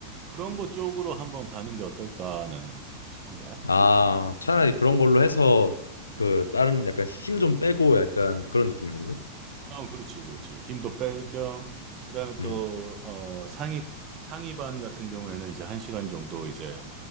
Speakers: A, on the right; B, on the left.
A: 그런 것 쪽으로 한번 가는 게 어떨까 나는 싶은데.
B: 아, 차라리 그런 걸로 해서 그 다른 약간 힘 좀 빼고 약간 그런 느낌인 건가?
A: 어, 그렇지, 그렇지. 힘도 뺄 겸, 그다음에
B: 음,
A: 또, 어, 상위, 상위반 같은 경우에는 이제 한 시간 정도 이제